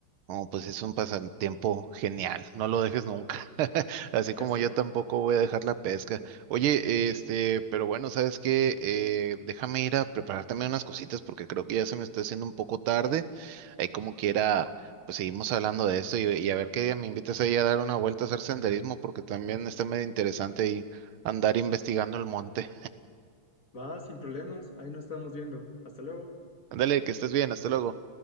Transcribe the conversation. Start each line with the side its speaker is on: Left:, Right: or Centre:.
Right: Oh, pues es un pasatiempo genial, no lo dejes nunca. <laughs> Así
Left: ya
Right: como
Left: sé,
Right: yo tampoco voy a dejar la pesca. Oye, este, pero bueno, ¿sabes qué? Eh, déjame ir a preparar también unas cositas porque creo que ya se me está haciendo un poco tarde. Ahí como quiera, pues seguimos hablando de esto y, y a ver qué día me invitas ahí a dar una vuelta a hacer senderismo porque también está medio interesante ahí andar investigando el monte.
Left: va sin problemas, ahí nos estamos viendo, hasta luego.
Right: Ándale, que estés bien, hasta luego.